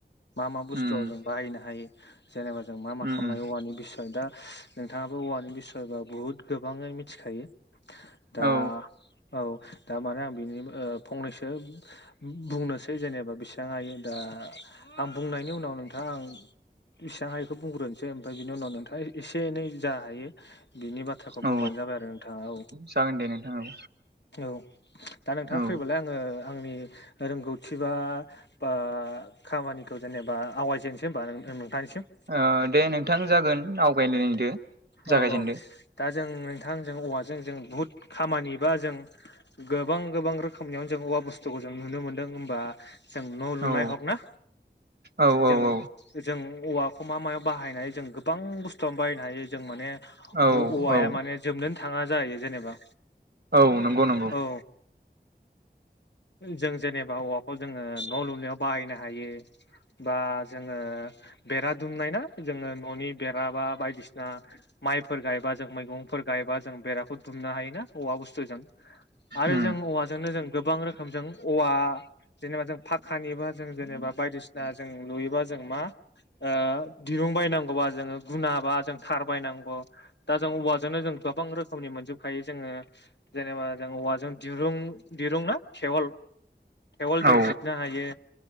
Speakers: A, on the left (about 75°); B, on the right (about 65°).
A: मा मा बुस्थुआव
B: उम
A: जों बाहायनो हायो जेनोबा जों मा मा
B: उम
A: खालामलाङो
B: उम
A: औवानि बिसय दा नोंथाङाबो औवानि बिसयबा बुहुत गोबाङै मिथिखायो दा
B: औ
A: औ दा माने आं बेनि ओ फंनैसो ना बुंनोसै जेनेबा बेसेबां हायो दा आं बुंनायनि उनाव नोंथाङा आं बिसिबां हायोखौ बुंग्रोनोसै ओमफ्राय बिनि उनाव नोंथाङा एसे एनै जा हायो बिनि बाथ्राखौ बुंबानो
B: औ
A: जाबाय आरो नोंथाङा औ
B: जागोन दे नोंथां औ
A: औ। दा नोंथां
B: औ
A: फ्रिबालाय आङो आंनि रोंगौथि बा आ खामानिखौ जेनेबा आवायजेननोसै होमबा नोंथांनिसिम
B: ओ दे नोंथां जागोन आवगायलायदो जागायजेनदो
A: औ‌ औ दा जों नोंथां जों औवाजों जों बुहुद खामानि बा जों गोबां गोबां रोखोमनिआव जों औवा बुस्थुखौ जों नुनो मोन्दों होमबा जों न' लुनाय
B: औ
A: ह'क ना
B: औ
A: जों
B: औ औ
A: जों औवाखौ मा मायाव बाहायनाय जों गोबां बुस्थुवनो बाहायनो हायो जों माने
B: औ
A: औवाया
B: औ
A: माने जोबनोनो थाङा जाहैयो जेनोबा
B: औ नंगौ नंगौ
A: औ जों जेनोबा औवाखौ जोङो न' लुनायाव बाहायनो हायो बा जोङो बेरा दुमनाय ना जोङो न'नि बेरा बा बायदिसि आ माइफोर गायबा जों मैगंफोर गायबा जों बेराखौ दुमनो हायोना औवा बुस्थुजों आरो
B: उम
A: जों औवाजोंनो जों गोबां रोखोमजों अवा जेनेबा जों पाखानिबा जों जेनेबा बायदिसिना जों लुयोबा जों मा ओ दिरुं बायनांगौबा जोङो गुना बा जों खारबायनांगौ दा जों औवाजोंनो जों गोबां रोखोमनि मोनजोबखायो जोङो जेनेबा जों औवाजों दिरुं दिरुं ना टेवल टेवल जों
B: औ
A: जिरनो हायो